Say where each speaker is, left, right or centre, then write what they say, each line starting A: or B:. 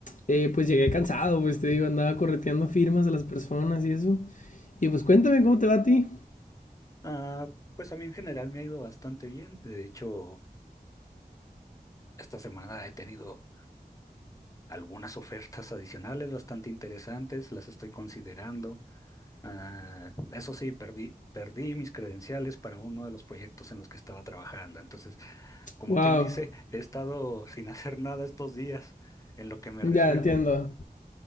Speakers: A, on the left (about 55°); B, on the left (about 20°).
A: eh, pues llegué cansado, pues te digo, andaba correteando firmas a las personas y eso. Y pues cuéntame cómo te va a ti.
B: Ah, pues a mí en general me ha ido bastante bien. De hecho, esta semana he tenido algunas ofertas adicionales bastante interesantes, las estoy considerando. Ah, eso sí, perdí, perdí mis credenciales para uno de los proyectos en los que estaba trabajando. Entonces, como
A: Wow.
B: quien dice, he estado sin <laughs> hacer nada estos días en lo que me
A: Ya
B: resuelven.
A: entiendo.